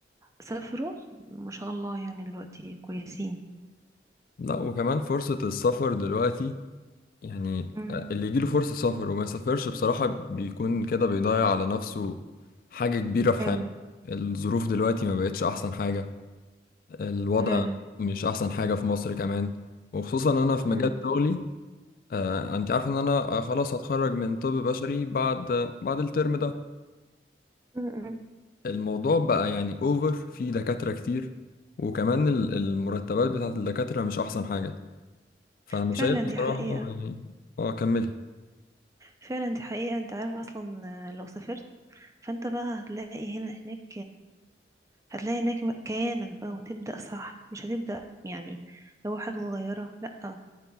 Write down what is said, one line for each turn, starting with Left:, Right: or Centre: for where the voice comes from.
Right: سافروا ما شاء الله يعني دلوقتي كويسين
Left: لا وكمان فرصة السفر دلوقتي يعني
Right: امم
Left: آه، اللي يجيله فرصة سفر وما يسافرش بصراحة بيكون كده بيضيع على نفسه حاجة كبيرة في
Right: فعلا
Left: حياته الظروف دلوقتي ما بقتش أحسن حاجة الوضع
Right: فعلا
Left: مش أحسن حاجة في مصر كمان وخصوصا أنا في مجال
Right: امم
Left: شغلي آه، أنت عارف إن أنا آه، خلاص هتخرج من طب بشري بعد بعد الترم ده
Right: أمم.
Left: فالموضوع بقى يعني أوفر في دكاترة كتير وكمان ال- المرتبات بتاعت الدكاترة مش أحسن حاجة فأنا
Right: فعلا
Left: شايف بصراحة
Right: دي حقيقة
Left: يعني أه كملي
Right: فعلا دي حقيقة انت عارف اصلا آه، لو سافرت فانت بقى هتلاقي هنا هناك هتلاقي هناك كيانك بقى وتبدأ صح مش هتبدأ يعني لو حاجة صغيرة لأ